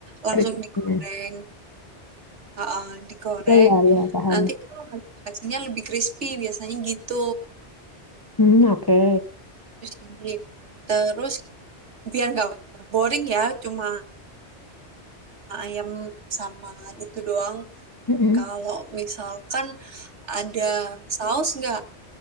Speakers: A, on the right; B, on the left.
A: langsung
B: keripiknya.
A: digoreng, Heeh, digoreng.
B: Ya ya ya paham.
A: Nanti itu hasilnya lebih crispy biasanya gitu.
B: Hmm, oke.
A: Terus di- terus biar nggak boring ya, cuma ayam sama itu doang.
B: Mm-mm.
A: Kalau misalkan ada saus nggak